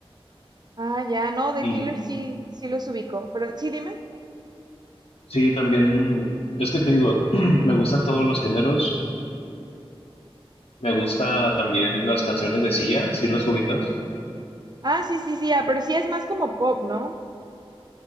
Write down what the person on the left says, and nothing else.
Y
sí, también, es que te digo, <clears throat> me gustan todos los géneros, me gusta también las canciones de Sia, si las ubicas.